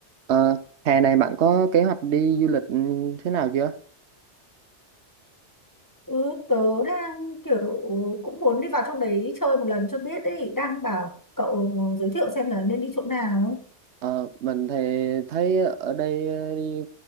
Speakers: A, on the right; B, on the left.
A: Ờ, hè này bạn có kế hoạch đi du lịch ừ, thế nào chưa?
B: Ừ, tớ đang kiểu cũng muốn đi vào trong đấy chơi một lần cho biết ấy đang bảo cậu giới thiệu xem là nên đi chỗ nào
A: Ờ, mình thì thấy ở đây ờ, đi